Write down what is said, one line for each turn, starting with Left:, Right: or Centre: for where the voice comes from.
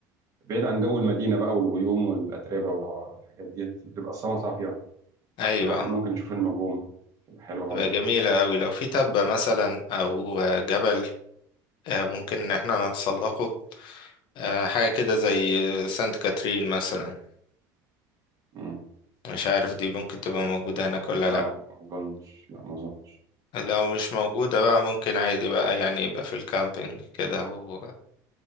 Right: بعيد عن جو المدينة بقى والغيوم والأتربة والع- والحاجات ديت بتبقى السما صافية
Left: ايوه
Right: الواحد
Left: آه.
Right: ممكن يشوف النجوم تبقى حلوة برضه
Left: تبقى جميلة أوي لو في تبة مثلا أو آه، جبل آه، ممكن إن احنا نتسلقه آه، حاجة كده زي سانت كاترين مثلا
Right: مم.
Left: مش عارف دي ممكن تبقى موجودة هناك ولا
Right: لا
Left: لأ
Right: ما أظنش لا ما أظنش
Left: لو مش موجودة بقى ممكن عادي بقى يعني يبقى في الكامبينج كده و...